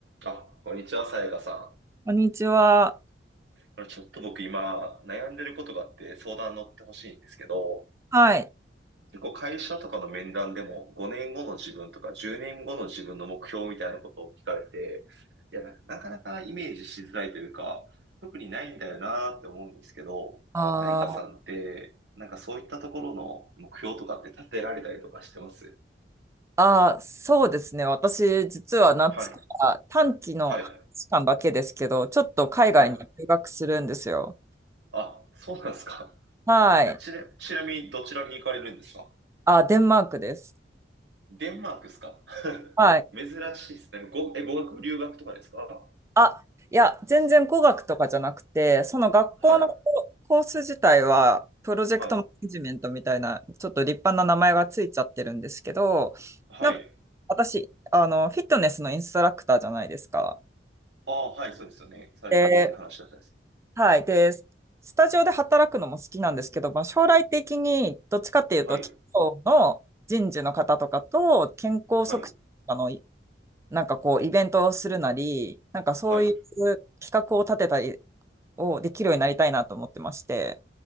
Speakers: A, on the right; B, on the right.
A: あ、こんにちは、さやかさん。
B: こんにちは。
A: あのちょっと僕今悩んでることがあって相談乗ってほしいんですけど、
B: はい。
A: 結構会社とかの面談でも5年後の自分とか10年後の自分の目標みたいなことを聞かれて、いや、な、なかなかイメージしづらいというか、特にないんだよなーって思うんですけど、
B: あー
A: さやかさんって、なんかそういったところの目標とかって立てられたりとかしてます
B: あー、そうですね。私、実は夏から短期の半年間だけですけど、
A: はい、はい、
B: ちょっと海外に留学するんですよ。
A: はい。あ、そうなんですか。
B: はい。
A: ちな、ちなみにどちらに行かれるんですか
B: あ、デンマークです。
A: デンマークですか
B: はい。
A: <laughs> 珍しいですね。ご、え、語学留学とかですか
B: あ、いや、全然語学とかじゃなくて、その学校のココース自体は、
A: はい。
B: プロジェクトマネジメントみたいな、
A: はい。
B: ちょっと立派な名前がついちゃってるんですけど、
A: はい。
B: なんか私、あの、フィットネスのインストラクターじゃないですか。
A: ああ、はい、そうですよね。されてるって話だったんです。
B: ではい。で、ススタジオで働くのも好きなんですけど、まあ、将来的にどっちかっていうと、
A: はい。
B: 企業の人事の方とかと健康促進とかのい、
A: はい。
B: なんかこう、イベントをするなり、なんかそういう
A: はい。
B: 企画を立てたりをできるようになりたいなと思ってまして。